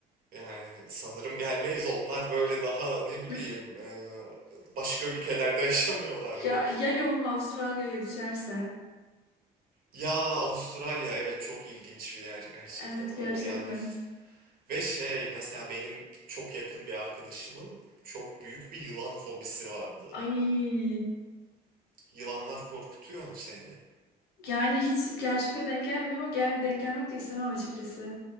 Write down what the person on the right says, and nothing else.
yani sanırım gelmeyiz. Onlar böyle daha ne bileyim
e, başka ülkelerde <laughs> yaşamıyorlar mı?
Ya Avustralya evet çok ilginç bir yer gerçekten.
O yani f- ve şey mesela benim çok yakın bir arkadaşımın çok büyük bir yılan fobisi vardı.
Yılanlar korkutuyor mu seni?